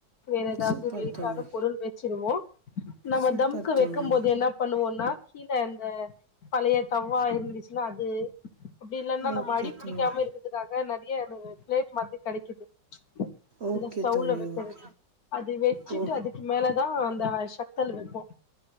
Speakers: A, on the left (about 60°); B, on the right (about 45°).
A: வேற ஏதா
B: சூப்பர்
A: வது வெய்ட்டான
B: தோழி
A: பொருள் வச்சிருவோ நம்ம
B: சூப்பர்
A: தம்க்கு வைக்கும்போது
B: தோழி
A: என்ன பண்ணுவோனா கீழ அந்த பழைய தவ்வா இருந்துச்சுனா அது அப்டி இல்லாந்தா
B: ஓகே
A: நம்ம அடி புடிக்காம
B: தோழி
A: இருக்கிறதுக்காக நெறைய பிளேட் மாதிரி கெடைக்குது
B: ஓகே
A: இந்த ஸ்டவ்ல
B: தோழி
A: வைக்கிறது
B: ஓகே
A: அதுவே வச்சிட்டு
B: ஓ
A: அதுக்கு மேலதா அந்த சக்தல் வைப்போ